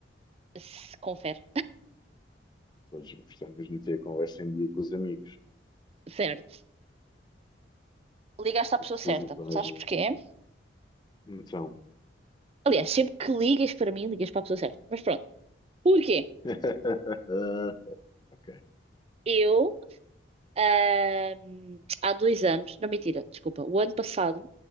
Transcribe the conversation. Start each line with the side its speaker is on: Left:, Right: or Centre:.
Right: S- Confere,
Left: Todos gostamos de meter a conversa em dia com os amigos.
Right: certo. Ligaste à pessoa
Left: Eu preciso
Right: certa.
Left: de toda
Right: Sabes
Left: a gente.
Right: porquê?
Left: Então.
Right: Aliás, sempre que ligas para mim, ligas para a pessoa certa. Mas pronto, porquê?
Left: <laughs> Ok.
Right: Eu. Ahm, há dois anos, não mentira, desculpa, o ano passado